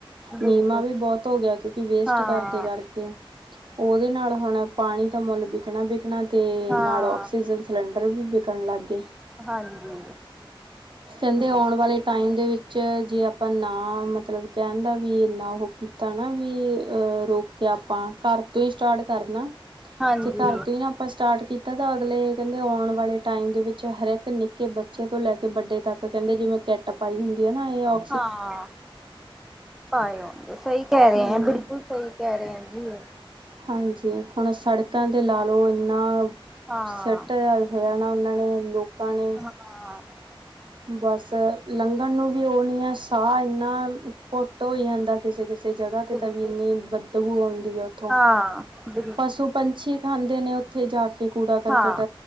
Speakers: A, in the centre; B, on the right.
A: ਬਿਲਕੁਲ
B: ਨੀਮਾਂ ਵੀ ਬੋਤ ਹੋ ਗਿਆ ਕਿਉਂਕਿ ਵੇਸਟ
A: ਹਾਂ
B: ਕਰਦੇ ਕਰਕੇ ਓਦੇ ਨਾਲ ਹੁਣ ਪਾਣੀ ਤਾਂ ਮੁੱਲ ਵਿਕਣਾ ਵਿਕਣਾ ਤੇ
A: ਹਾਂ
B: ਨਾਲ ਔਕਸੀਜ਼ਨ ਸਿਲੰਡਰ ਵੀ ਵਿਕਣ ਲੱਗ ਗਏ।
A: ਹਾਂਜੀ
B: ਕੈਂਦੇ
A: ਹਮ
B: ਆਉਣ ਵਾਲੇ ਟਾਈਮ ਦੇ ਵਿੱਚ ਚ ਜੇ ਆਪਾਂ ਨਾ ਮਤਲਬ ਕੈਣ ਦਾ ਵੀ ਇੰਨਾ ਓ ਕੀ ਤਾ ਨਾ ਵੀ ਅ ਰੋਕਿਆ ਆਪਾਂ ਘਰ ਤੋਂ ਈ ਸਟਾਟ ਕਰਨਾ।
A: ਹਾਂਜੀ
B: ਜੇ ਘਰ ਤੋਂ ਈ ਨਾ ਆਪਾਂ ਸਟਾਟ ਕੀਤਾ ਤਾਂ ਅਗਲੇ ਕੈਂਦੇ ਔਣ ਵਾਲੇ ਟਾਈਮ ਦੇ ਵਿੱਚ ਹਰਿਕ ਨਿੱਕੇ ਬੱਚੇ ਤੋਂ ਲੈ ਕੇ ਵੱਡੇ ਤੱਕ ਕੈਂਦੇ ਜਿਵੇਂ ਕੈਟਪ ਪਾਈ ਹੁੰਦੀ ਐ ਨਾ ਏ ਓ
A: ਹਾਂ ਪਾਏ ਹੋਣਗੇ ਸਈ ਕੈਂ ਰੇ
B: ਹਮ
A: ਆ ਬਿਲਕੁਲ ਸਈ <unintelligible> ਇੰਜ ਈ ਓ
B: ਹਾਂਜੀ ਹੁਣ ਸੜਕਾਂ ਤੇ ਲਾ ਲਓ ਏਨਾ
A: ਹਾਂ
B: ਸਿਟ ਆ ਹੋਇਆ ਨਾ ਓਨਾਂ ਨੇ ਲੋਕਾਂ ਨੇ
A: ਹਾਂ-ਹਾਂ
B: ਬਸ ਲੰਘਣ ਨੂੰ ਵੀ ਓ ਨੀ ਐ ਸਾਅ ਏਨਾ ਘੁ ਟ ਹੋਈ ਜਾਂਦਾ ਕਿਸੇ ਕਿਸੇ ਜਗ੍ਹਾ ਤੇ
A: ਬਿਲਕੁਲ
B: ਤਾਂ ਵੀ ਇੰਨੀ ਬਦਬੂ ਆਉਂਦੀ ਆ ਉੱਥੋਂ
A: ਹਾਂ ਬੀ
B: ਪਸੂ ਪੰਛੀ ਖਾਂਦੇ ਨੇ ਉੱਥੇ ਜਾ ਕੇ ਕੂੜਾ ਕਰਕਟ
A: ਹਾਂ